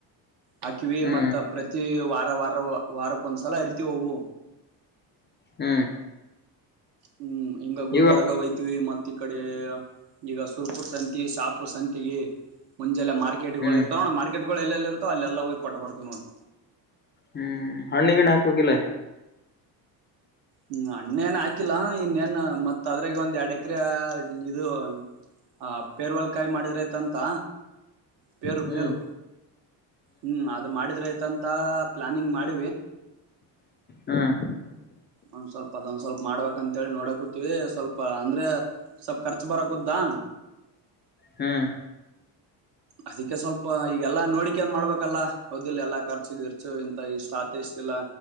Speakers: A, on the right (about 65°); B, on the left (about 25°).
A: ಹಾಕಿವವಿ
B: ಹ್ಮ್
A: ಮತ್ತ್ತ ಪ್ರತಿ ವಾರ ವಾರ ವಾರಕ್ ಒಂದ್ಸಲ ಹರಿತಿೀವಿ ಅವು
B: ಹ್ಮ್
A: ಹ್ಮ್ ಹಿಂಗ ಗುಲ್ಬರ್ಗ
B: ಇವ
A: ಹಯ್ತಿವಿ ಮತ್ತ ಈ ಕಡೆ ಈಗ ಸುರ್ಪುರ್ ಸನ್ ಸಾಪ್ರ ಸಂತಿಗೆ ಮುಂಜೆಲ್ಲ ಮಾರ್ಕೆಟ್
B: ಹ್ಮ್
A: ಗಳು ಇರ್ತವೆ ನೋ ಮಾರ್ಕೆಟ್ ಗಳು ಎಲ್ಲೆಲ್ಲಿ ಇತ್ತ ಅಲ್ಲೆಲ್ಲಾ ಹೋಗಿ ಕೊಟ್ಟ ಬರ್ತವಿ ನೋಡ್
B: ಹ್ಮ್ ಹಣ್ಣಿಗಿಣ ಹಾಕ್ಬೇಕಿಲ್ಲ
A: ಹ್ಮ ಅಣ್ಣೇ ನ್ ಹಾಕಿಲ್ಲಾ ಇನ್ನೇನ್ ಮತ್ ಅದ್ರಾಗ ಒಂದ್ ಎರಡ್ ಎಕರೆ ಇದು ಹ ಪೇರ್ವಲ್ಕಾಯಿ ಮಾಡಿದ್ರ ಐತಂತ ಪೇರು
B: ಹ್ಮ್
A: ಪೇರು ಹ್ಮ್ ಅದು ಮಾಡಿದ್ರತ ಪ್ಲಾನಿಂಗ್ ಮಾಡ
B: ಹ್ಮ್
A: ಒಂದ್ ಸ್ವಲ್ಪ ಅದೊಂದ್ ಸ್ವಲ್ಪ ಮಾಡ್ಬೇಕ ಅಂತ ಹೇಳೇಳಿ ನೋಡಕೂತಿವಿ ಸ್ವಲ್ಪ ಅಂದ್ರೆ ಸ್ವಲ್ಪ ಖರ್ಚು ಬರಾಗದಾ
B: ಹ್ಮ್
A: ಅದಕ್ಕೆ ಸ್ವಲ್ಪ ಈಗೆಲ್ಲಾ ನೋಡಿ ನ್ ಮಾಡ್ಬೇಕಲ್ಲಾದಲ್ಲಾ ಖರ್ಚಗ ಇರ್ತ ಇಂತ ಇಷ್ಟತ್ ಇಷ್ಟ ಇಲ್ಲ